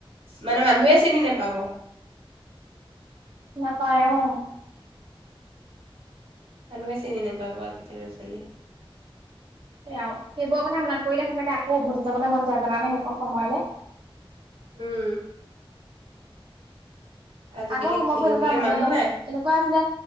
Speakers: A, on the right; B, on the right.
A: মানে মানুহে চিনি নেপাব
B: নাপায় অ
A: মানুহে চিনি নাপাব, আজিকালি ল'ৰা ছোৱালীয়ে।
B: সেয়া আৰু, সেইবোৰৰ কথা মনত পৰিলে সচাঁকে আকৌ উভতি যাবলৈ মন যায় জানানে সেইকন সময়লে।
A: উম। আজিকালি
B: আগৰ সময়বোৰ
A: খেলিবলে
B: এনেকুৱা মানে,
A: মানুহ নাই
B: এনেকুৱা আছিলে